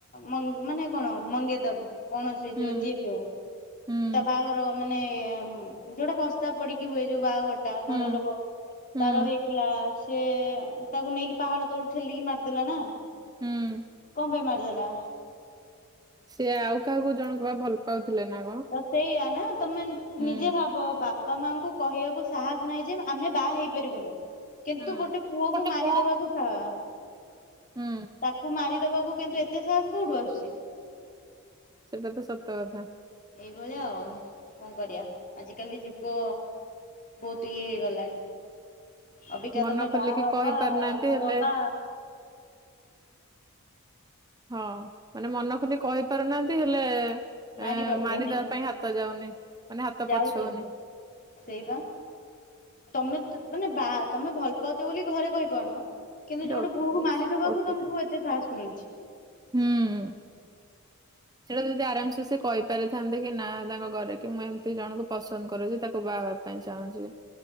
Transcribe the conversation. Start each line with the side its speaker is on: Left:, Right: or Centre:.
Left: ମାନ ମାନେ କଣ ମଙ୍ଗେତର୍ କଣ ସେ
Right: ହୁଁ
Left: ଯୋଉ ଯିଏ ବି ହଉ
Right: ହୁଁ
Left: ତା ବାହାଘର ମାନେ ଯୋଉଟା ପସ୍ତାବ ପଡ଼ିକି ହୁଏ ଯୋଉ ବାହାଘର ତା
Right: ହୁଁ
Left: ଘର ଲୋକ
Right: ହୁଁ
Left: ତାର ହେଇଥିଲା। ସେ ତାକୁ ନେଇକି ପାହାଡ଼ ତଳକୁ ଠେଲିକି ମାରିଦେଲା ନା
Right: ହୁଁ
Left: କଣ ପାଇଁ ମାରିଦେଲା?
Right: ସେ ଆଉ କାହାକୁ ଜଣକୁ ବା ଭଲ ପାଉଥିଲା ନା କଣ
Left: ତ ସେଇଆ ନା ତମେ
Right: ହୁଁ
Left: ନିଜେ ଭାବ ବାପ ବାପା ମାଆଙ୍କୁ କହିବାକୁ ସାହସ ନାହିଁ ଯେ ଆମେ ବାହା ହେଇପାରିବୁନୁ କିନ୍ତୁ
Right: ହୁଁ
Left: ଗୋଟେ ପୁଅକୁ
Right: ଗୋଟେ
Left: ମାରିଦବାକୁ
Right: ପୁଅ
Left: ସାହା
Right: ହୁଁ
Left: ତାକୁ ମାରିଦବାକୁ କିନ୍ତୁ ଏତେ ସାହାସ କୋଉଁଠୁ ଆସୁଛି।
Right: ସେଇଟା ତ ସତ କଥା
Left: ଏଇଭଳିଆ ଆଉ କଣ କରିବା ଆଜିକାଲି ଯୁଗ ବହୁତ ଇଏ ହେଇଗଲାଣି ଅବିକା
Right: ମନ
Left: ତମେ
Right: ଖୋଲିକି
Left: ବାହା ହବା
Right: କହି ପାରୁନାହାନ୍ତି
Left: ନହବା
Right: ହେଲେ ହଁ ମାନେ ମନ ଖୋଲି କହି ପାରୁନାହାନ୍ତି ହେଲେ
Left: ମାରି
Right: ଏ
Left: ପାରୁଚନି।
Right: ମାରିଦବା ପାଇଁ ହାତ ଯାଉନି ମାନେ ହାତ
Left: ଯାଉଛି
Right: ପଛଉନି
Left: ସେଇ ବା ତମେ ମାନେ ବା ତମେ ଭଲ ପାଉଛ ବୋଲି ଘରେ କହିପାରୁନ କିନ୍ତୁ
Right: ଗୋଟେ
Left: ଯୋଉଠି
Right: ଓଟିପି
Left: ପୁଅକୁ
Right: ଯାଇଛି।
Left: ମାରି ଦେବାକୁ
Right: ଓଟିପି
Left: ତମକୁ ଏତେ ସାହସ ମିଳୁଛି।
Right: ହୁଁ ସେଇଟା ଯଦି ଆରାମ୍‌ସେ ସେ କହିପାରିଥାନ୍ତେ କି ନା ତାଙ୍କ ଘରେ କି ମୁଁ ଏମିତି ଜଣଙ୍କୁ ପସନ୍ଦ କରୁଛି ତାକୁ ବାହାହେବାକୁ ପାଇଁ ଚାହୁଁଛି